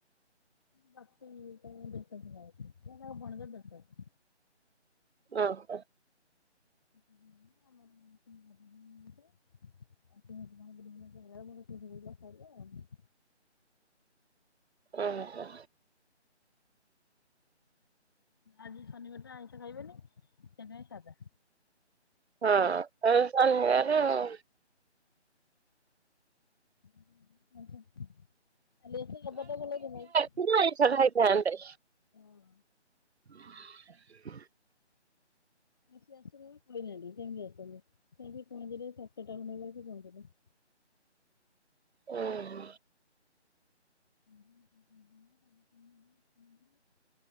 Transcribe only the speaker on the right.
ଓହୋ।
ଓହୋ।
ହଁ ତମର ଶନିବାରେ ଆଉ।
ଟିକେ ଆଇଁସ ଖାଇଥାନ୍ତେ।
<inaudible>
ଓ ହୋ।